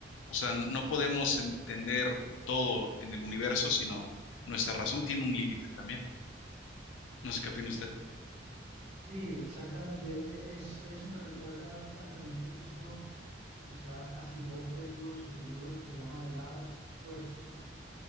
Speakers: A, on the left; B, on the right.
A: O sea, no podemos entender todo en el universo, sino nuestra razón tiene un límite también. No sé qué opina usted.
B: Sí, exactamente. E- Es, eso me recuerda a un planteamiento que hizo Isaac Asimov en uno de sus libros que se llama The Last Question.